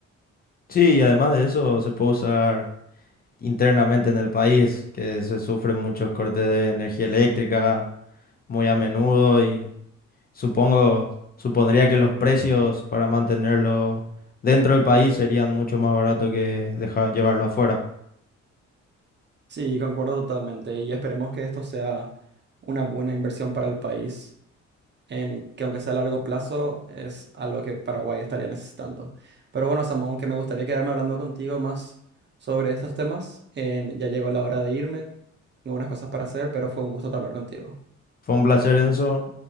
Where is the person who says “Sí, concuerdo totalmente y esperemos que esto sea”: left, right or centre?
Right